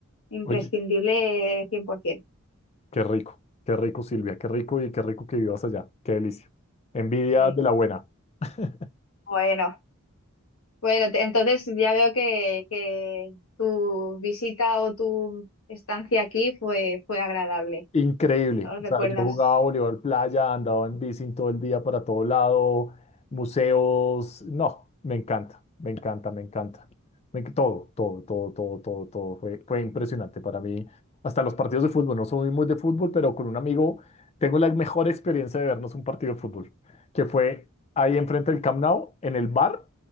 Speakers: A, on the left; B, on the left.
A: imprescindible
B: Oye,
A: eh, 100%.
B: qué rico, qué rico, Silvia, qué rico y qué rico que vivas allá, qué delicia. Envidia
A: Sí.
B: de la buena. <laughs>
A: Bueno, bueno, te- entonces ya veo que, que tu visita o tu estancia aquí fue, fue agradable.
B: Increíble.
A: ¿No recuerdas?
B: O sea, yo jugaba voleibol playa, andaba en bici todo el día para todo lado, museos. No, me encanta, me encanta, me encanta. Me enc- todo, todo, todo, todo, todo, todo. Fue, fue impresionante para mí. Hasta los partidos de fútbol. No soy muy de fútbol, pero con un amigo tengo la mejor experiencia de vernos un partido de fútbol, que fue ahí enfrente del Camp Nou, en el bar